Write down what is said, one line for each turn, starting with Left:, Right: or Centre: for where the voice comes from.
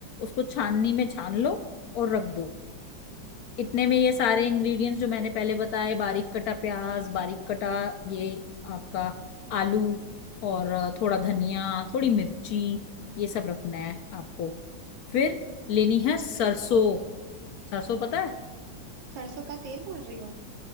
Left: उसको छाननी में छान लो और रख दो इतने में ये सारे इंग्रेडिएंट्स जो मैंने पहले बताए बारीक कटा प्याज बारीक कटा ये आपका आलू और थोड़ा धनिया थोड़ी मिर्ची ये सब रखना है आपको फिर लेनी है सरसों सरसों पता है
Right: सरसों का तेल बोल रही हो